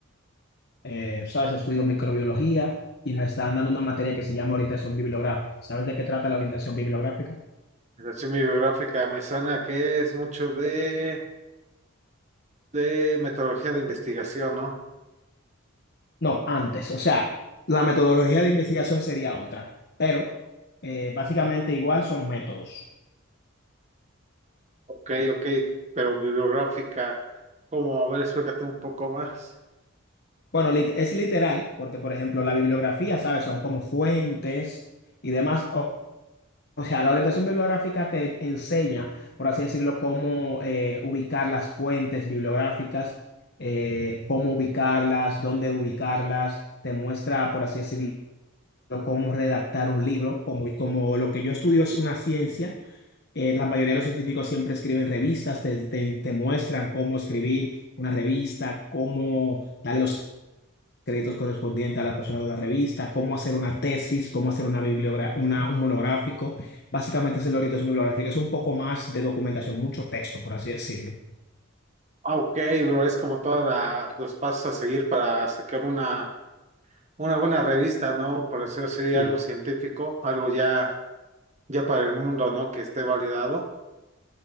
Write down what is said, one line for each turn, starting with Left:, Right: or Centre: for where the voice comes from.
Left: Eh, sabes, estudio microbiología y me están dando una materia que se llama orientación bibliográfica. ¿Sabes de qué trata la orientación bibliográfica?
Right: La Relación bibliográfica me suena que es mucho de, de metodología de investigación, ¿no?
Left: No, antes. O sea, la metodología de investigación sería otra, pero eh, básicamente igual son métodos.
Right: Ok, ok, pero bibliográfica, ¿cómo? A ver, explícate un poco más.
Left: Bueno, lit- es literal, porque por ejemplo la bibliografía, ¿sabes? Son como fuentes y demás. O sea, la orientación bibliográfica te enseña, por así decirlo, cómo eh, ubicar las fuentes bibliográficas, eh, cómo ubicarlas, dónde ubicarlas. Te muestra, por así decirlo, cómo redactar un libro. Como, como lo que yo estudio es una ciencia, eh, la mayoría de los científicos siempre escriben revistas, te, te, te muestran cómo escribir una revista, cómo darle los créditos correspondientes a las personas de la revista, cómo hacer una tesis, cómo hacer una bibliogra- una, un monográfico. Básicamente es la orientación bibliográfica, es un poco más de documentación, mucho texto, por así decirlo.
Right: Ah, ok, bro, es como todos los pasos a seguir para sacar una, una buena revista, ¿no? Por decirlo así,
Left: Sí.
Right: algo científico, algo ya, ya para el mundo, ¿no? Que esté validado.